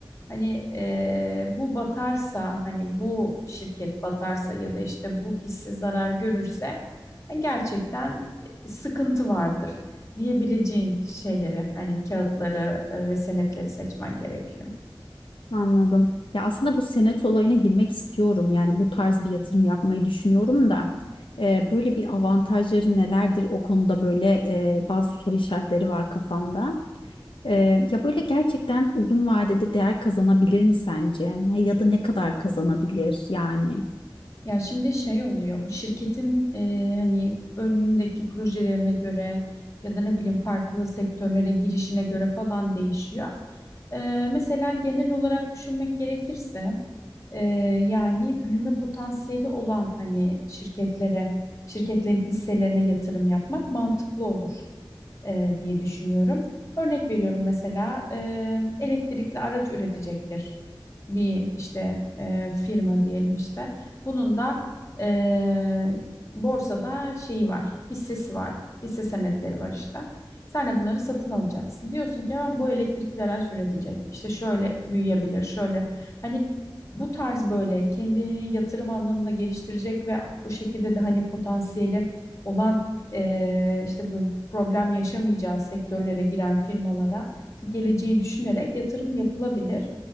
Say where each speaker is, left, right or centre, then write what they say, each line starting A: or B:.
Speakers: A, on the left; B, on the left.
A: hani e, bu batarsa hani bu şirket batarsa ya da işte bu hisse zarar görürse hani gerçekten e, sıkıntı vardır diyebileceğin şeyleri hani kağıtları e, ve senetleri seçmen gerekiyor.
B: Anladım. Ya aslında bu senet olayına girmek istiyorum. Yani bu tarz bir yatırım yapmayı düşünüyorum da. e, böyle bir avantajları nelerdir? O konuda böyle e, bazı soru işaretleri var kafamda. Ee, ya böyle gerçekten uzun vadede değer kazanabilir mi sence? Ne- Ya da ne kadar kazanabilir yani?
A: Ya şimdi şey oluyor bu şirketin e, hani önündeki projelerine göre ya da ne bileyim farklı sektörlere girişine göre falan değişiyor. E, mesela genel olarak düşünmek gerekirse e, yani büyüme potansiyeli olan hani şirketlere şirketlerin hisselerine yatırım yapmak mantıklı olur. e, diye düşünüyorum. Örnek veriyorum mesela e, elektrikli araç üretecektir bir işte e, firma diyelim işte. Bunun da e, borsada şeyi var, hissesi var, hisse senetleri var işte. Sen de bunları satın alacaksın. Diyorsun ki "Aa, bu elektrikli araç üretecek. İşte şöyle büyüyebilir, şöyle. Hani bu tarz böyle kendini yatırım anlamında geliştirecek ve o şekilde de hani potansiyeli olan e, işte böyle problem yaşamayacağı sektörlere giren firmalara işte geleceği düşünerek yatırım yapılabilir.